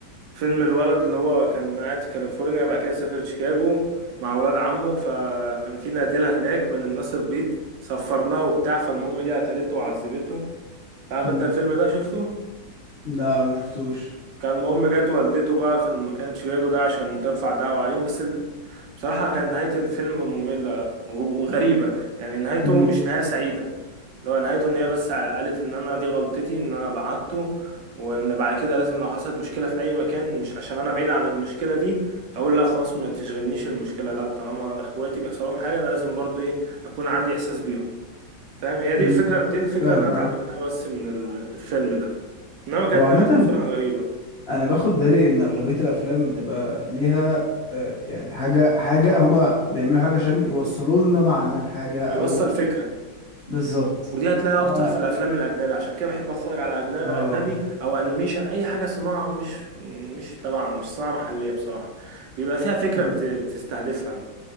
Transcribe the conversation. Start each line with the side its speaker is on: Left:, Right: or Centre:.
Right: فيلم الولد اللي هو كان قاعد في كاليفورنيا بعد كده سافر شيكاغو مع ولاد عمه فكان في نادلة هناك من الناس البيض سفر لها وبتاع فالمهم دي قتلته وعذبته تعرف
Left: امم
Right: انت الفيلم ده شفته
Left: لا ما شفتوش
Right: كان المهم جت والدته بقى في مكان شيكاغو ده عشان ترفع دعوة عليهم بس ال- بصراحة كان نهاية الفيلم مملة وغ- وغريبة يعني نهايته
Left: امم
Right: مش نهاية سعيدة لو نهايته ان هي بس قالت ان انا دي غلطتي ان انا بعته وان بعد كده لازم لو حصلت مشكله في اي مكان مش عشان انا بعيد عن المشكله دي اقول لا خلاص ما تشغلنيش المشكله لا طالما اخواتي بيحصل لهم حاجه انا لازم برضو ايه اكون عندي احساس بيهم فاهم هي دي
Left: امم
Right: الفكره دي الفكره
Left: فاهم
Right: اللي انا اتعلمتها
Left: اه
Right: بس من ال- الفيلم ده انما كانت
Left: هو عامة
Right: نهايته بصراحه غريبه
Left: انا باخد بالي ان اغلبية الافلام بتبقى ليها آه، يعني حاجة حاجة هما بيعملوا حاجة عشان يوصلوا لنا معنى الحاجة او
Right: يوصل فكره
Left: بالظبط
Right: ودي هتلاقيها
Left: انا
Right: اكتر في الافلام الاجنبي عشان كده بحب اتفرج على اجنبي
Left: اه
Right: اجنبي او انيميشن اي حاجه صناعه مش مش طبعا مش صناعه محليه بصراحه بيبقى فيها فكره
Left: امم
Right: بت- بتستهدفها